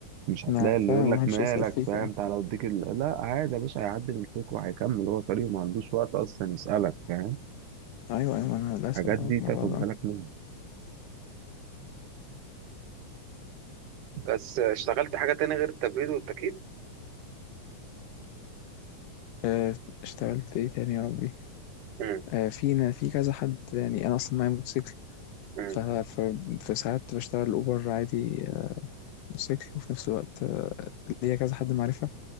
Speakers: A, on the right; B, on the left.
A: مش هتلاقي
B: ما فاهم
A: اللي يقول لك
B: محدش
A: مالك
B: يسأل فيك
A: فاهم
B: يعني
A: تعالى أوديك ال... لا عادي يا باشا هيعدي من فوق وهيكمل هو طريقه ما عندوش وقت أصلا يسألك فاهم
B: أيوه أيوه أنا للأسف
A: الحاجات
B: أنا
A: دي
B: في
A: تاخد
B: الموضوع ده
A: بالك منها بس آه، اشتغلت حاجة تانية غير التبريد والتكييف؟
B: آه، اشتغلت إيه تاني يا ربي
A: مم.
B: آه، فينا في كذا حد يعني انا اصلا معايا موتوسيكل
A: مم.
B: ف... ف... فساعات بشتغل اوبر عادي آه، موتوسيكل وفي نفس الوقت آه، ليا كذا حد معرفه